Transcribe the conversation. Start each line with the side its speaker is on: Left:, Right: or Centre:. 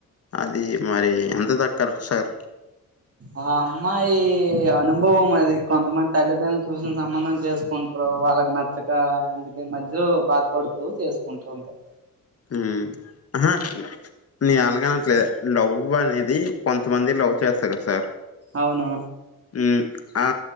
Left: అది మరి ఎంత దాక కరెక్ట్ సార్
Right: ఆ అమ్మా ఈ అనుభవం అది కొంతమంది తల్లిదండ్రులు చూసిన సంబంధం చేసుకుంట ఇప్పుడు వాళ్ళకి నచ్చక ఎందుకే మధ్యలో బాధపడుతూ చేసుకుంటా ఉంటారు
Left: ఉమ్ ఆహా నీ అలాగనట్లేదు లవ్ అనేది కొంతమంది లవ్ చేస్తారు కదా సార్
Right: అవును
Left: ఉ ఆ